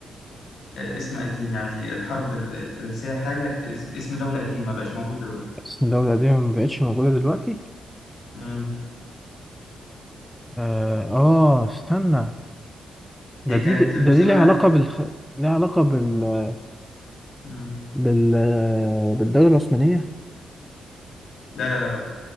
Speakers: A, on the left; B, in the centre.
A: آه، اسم قديم يعني الحرب ال- الفرنسية الحاجة اسم اسم دولة قديم ما بقاش موجود دلوقتي
B: اسم الدولة دي ما بقتش موجودة دلوقتي
A: م.
B: آه, آه استنى ده
A: هي
B: دي
A: كانت
B: ده
A: جزء
B: دي ليها
A: منها
B: علاقة
A: في...
B: بالخ... ليها علاقة بال...
A: م.
B: بال... بالدولة العثمانية
A: لا لا لا